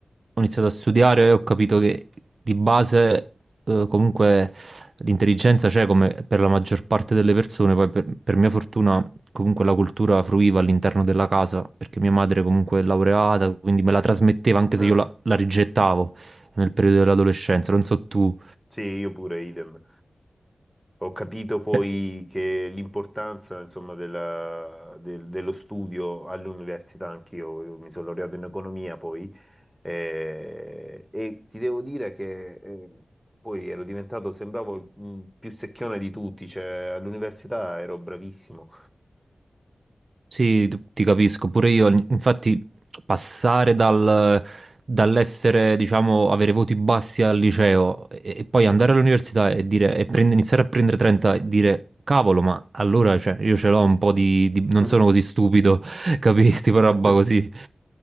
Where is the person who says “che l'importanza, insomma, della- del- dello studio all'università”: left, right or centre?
Centre